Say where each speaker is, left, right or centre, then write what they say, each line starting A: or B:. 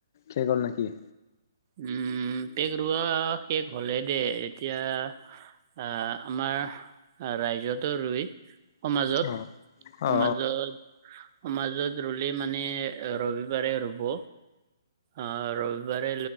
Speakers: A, on the left; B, on the right.
A: শেষ গ'ল নেকি?
B: উম, পেক ৰোৱা শেষ হ'লে দে, এতিয়া আহ, আমাৰ ৰাইজতো ৰুই সমাজত
A: অ
B: সমাজত
A: অ
B: সমাজত ৰুলে মানে ৰবিবাৰে ৰুব। আ, ৰবিবাৰে